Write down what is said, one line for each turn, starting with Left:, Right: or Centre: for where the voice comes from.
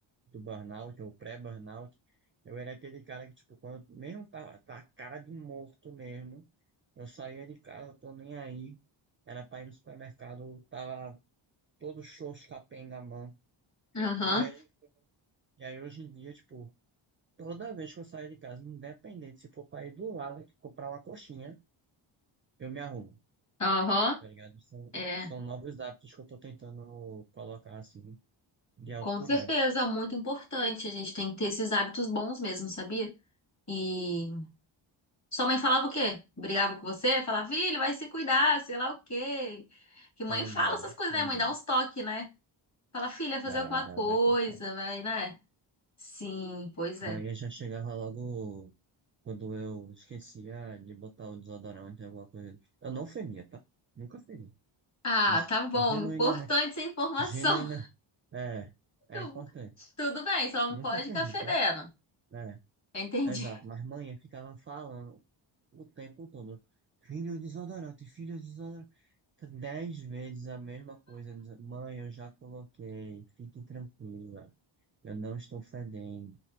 Right: do burnout ou pré-burnout, eu era aquele cara que, tipo, quando mesmo tá, tá a cara de morto mesmo, eu saía de casa, tô nem aí, era pra ir no supermercado, tava todo xoxo, capenga, mano.
Left: aham,
Right: E aí, e aí hoje em dia, tipo, toda vez que eu saio de casa, independente se for pra ir do lado, comprar uma coxinha, eu me arrumo.
Left: aham.
Right: tá ligado? São,
Left: É,
Right: são novos hábitos que eu tô tentando colocar, assim, de autocuidado.
Left: com certeza, muito importante. A gente tem que ter esses hábitos bons mesmo, sabia? E Sua mãe falava o quê? Brigava com você? Falava, filho, vai se cuidar, sei lá o quê. Que mãe
Right: Também,
Left: fala essas coisas,
Right: também.
Left: né? Mãe dá uns toques, né? Fala, filha, fazer
Right: Dá,
Left: alguma
Right: dá
Left: coisa,
Right: bastante. certo.
Left: vai, né? Sim, pois
Right: Mas
Left: é.
Right: eu já chegava logo quando eu esquecia de botar o desodorante, alguma coisa. Eu não feria, tá? Nunca feri.
Left: Ah,
Right: Isso.
Left: tá bom.
Right: Genuinamente.
Left: Importante essa informação.
Right: Genuína. É, é
Left: <laughs>
Right: importante.
Left: Tudo bem, só não
Right: Nunca
Left: pode
Right: feri,
Left: ficar fedendo.
Right: tá? É,
Left: Eu entendi.
Right: exato. Mas
Left: <laughs>
Right: manhã ficava falando o tempo todo. Filho desodorante, filho desodorante. Dez vezes a mesma coisa. dizer, Mãe, eu já coloquei. Fique tranquila. Eu não estou fedendo.